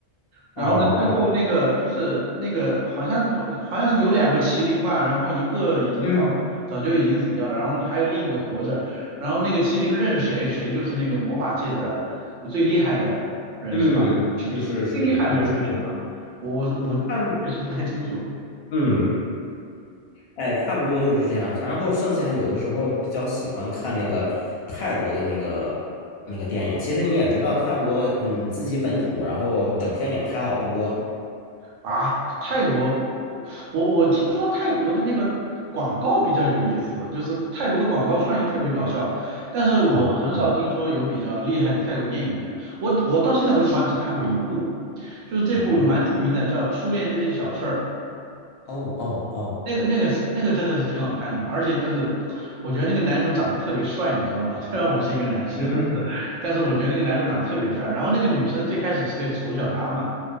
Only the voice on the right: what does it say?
然后呢，
最后那个就是那个好像好好像是有两个麒麟嘛，然后一个已经早早就已经死掉了，
然后还有另一个活着，然后那个麒麟认谁，谁就是那个魔法界的最厉害的人是吧？
最厉害还是最什么？我我我确实不太清楚。
啊，泰国，我我听说泰国的那个广告比较有意思，就是泰国的广告创意特别搞笑，但是我很少听说有比较厉害的泰国电影哎，
我我到现在为止好像只看过一部，
就是这部蛮出名的，
叫《初恋这件小事儿》，
那个那个是那个真的是挺好看的，而且就是我觉得那个男主长得特别帅，你知道吗？<laughs> 虽然我是一个男生，
但是但是我觉得那个男主长得特别帅。然后那个女生最开始是个丑小鸭嘛，